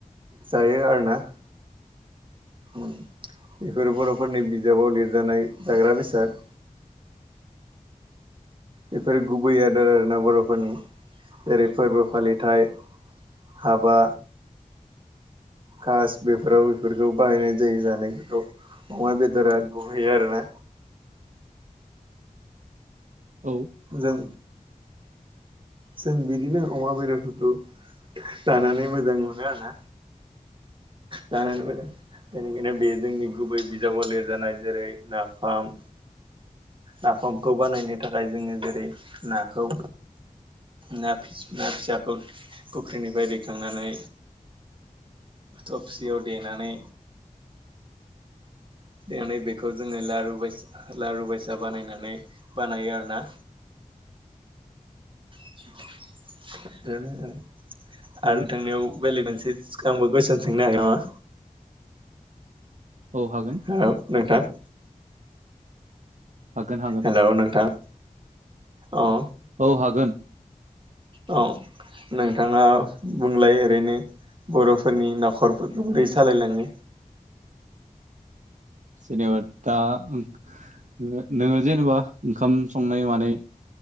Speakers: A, on the right; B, on the right.
A: जायो आरो ना। ओम बेफोरो बर'फोरनि बिजाबाव लिरजानाय जाग्रा बेसाद। बेफोर गुबै आदार आरोना बर'फोरनि जेरै फोरबो फालिथाय हाबा कास बेफोराव बेफोरखौ बाहायनाय जायो जानायफोरखौ अमा बेदरा गुबै आरोना।
B: औ।
A: जों जों बिदिनो अमा बेदरफोरखौ जानानै मोजां मोनो आरोना जानानै मोजां बेनिखायनो बे जोंनि गुबै बिजाबाव लिरजानाय जेरै नाफाम नाफामखौ बानायनो थाखाय जोङो जेरै नाखौ ना फिसा ना फिसाखौ फुख्रिनिफ्राय दैखांनानै थबसियाव देनानै देनानै बेखौ जोङो लारु बायस लारु बायसा बानायनानै बानायो आरोना <unintelligible> आरो
B: औ
A: नोंथांनियाव बेलेग मोनसे।। <unintelligible> कुइसन सोंनो हागोन नामा?
B: औ हागोन
A: हेल नोंथां।
B: हागोन हागोन
A: हेल' नोंथां। अ
B: अ हागोन
A: औ नोंथाङा बुंलाय ओरैनो बर'फोरनि नखरफोरखौ बोरै सालायलाङो।
B: जेनेबा दा ओं ओ नोङो जेनेबा ओंखाम संनाय मानाय